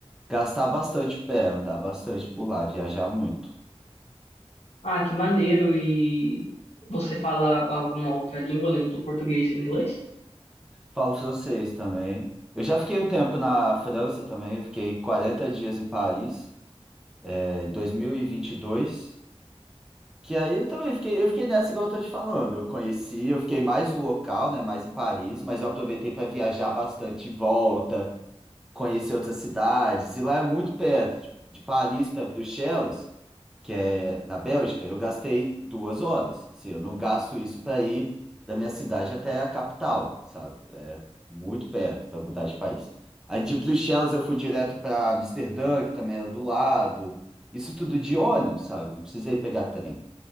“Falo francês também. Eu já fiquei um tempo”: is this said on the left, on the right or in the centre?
Centre